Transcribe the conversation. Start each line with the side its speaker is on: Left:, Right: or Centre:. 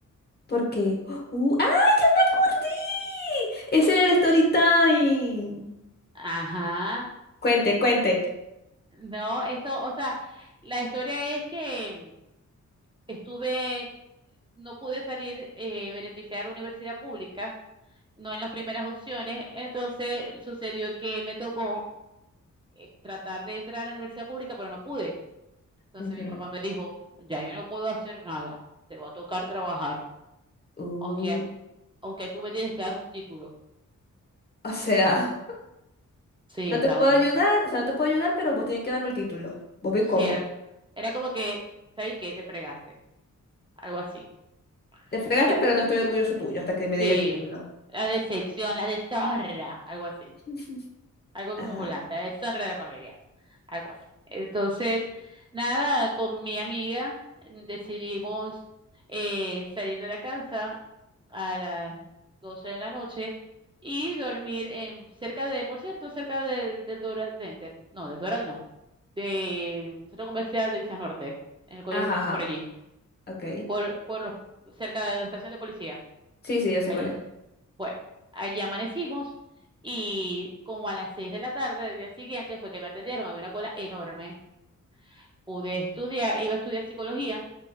Left: Porque. ¡Uh! ¡Ay, ya me acordé! Ese era el story time.
Right: Ajá.
Left: Cuente, cuente.
Right: No, eso, o sea, la historia es que mm, estuve, no pude salir eh, beneficiar a la universidad pública, no en las primeras opciones, entonces sucedió que me tocó eh, tratar de entrar a la universidad pública, pero no pude. Entonces
Left: Ujú.
Right: mi papá me dijo, ya yo no puedo hacer nada, te va a tocar trabajar.
Left: Uh,
Right: aunque, aunque tú me tienes que dar un título.
Left: o sea.
Right: Sí,
Left: No
Right: o
Left: te
Right: sea,
Left: puedo
Right: contra.
Left: ayudar, o sea, no te puedo ayudar, pero vos tenés que darme el título. Vos vi
Right: Sí,
Left: cómo.
Right: era, era como que, ¿sabes qué? Te fregaste. Algo así.
Left: Te fregaste,
Right: Eh,
Left: pero no estoy orgulloso tuyo hasta que me
Right: sí,
Left: dé el título.
Right: la decepción, la deshonra, algo así.
Left: <laughs>
Right: Algo
Left: Ajá.
Right: como volante, la deshonra de la familia. Algo así. Entonces, nada, con mi amiga eh, decidimos eh, salir de la casa a las 12 de la noche y dormir en, cerca de, por cierto, cerca del, del Doral Center. No, del Doral no. de un centro comercial de Islas Norte, en el colegio
Left: Ajá,
Right: que está
Left: ajá.
Right: por allí,
Left: Ok.
Right: por, por los, cerca de la estación de policía,
Left: Sí, sí, yo sé
Right: allí.
Left: cuál es.
Right: Bueno, allí amanecimos y como a las seis de la tarde del día siguiente fue que me atendieron, había una cola enorme. Pude estudiar, iba a estudiar psicología,